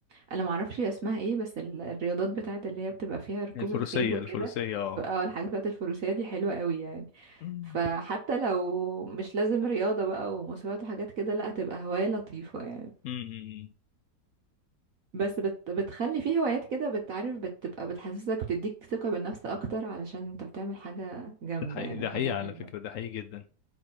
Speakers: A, on the right (about 55°); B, on the left (about 80°).
A: انا معرفش هي اسمها ايه بس ال- الرياضات بتاعت اللي هي بتبقى فيها ركوب
B: الفروسيه
A: الخيل وكده
B: الفروسيه اه
A: ف- اه الحاجات بتاعت الفروسية دي حلوة قوي يعني
B: أمم،
A: فحتى لو مش لازم رياضة بقى ومسابقات وحاجات كده لا هتبقى هواية لطيفة يعني
B: أمم. أمم.
A: بس بت بتخلي فيه هوايات كده بتعرف بتبقى بتحسسك بتديك ثقة بالنفس أكتر علشان انت بتعمل حاجة جامدة
B: ده حقيقي
A: يعني
B: ده
A: حاجة
B: حقيقي على
A: حلوة
B: فكره ده حقيقي جدا